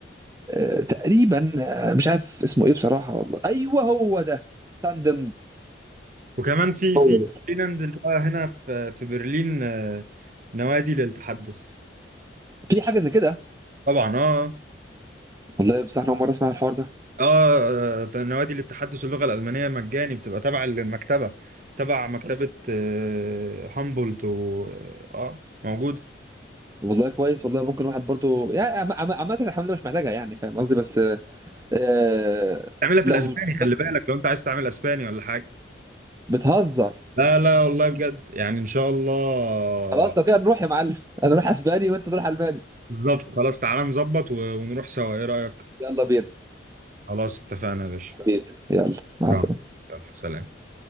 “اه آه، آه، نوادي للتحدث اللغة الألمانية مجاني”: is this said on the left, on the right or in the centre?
Right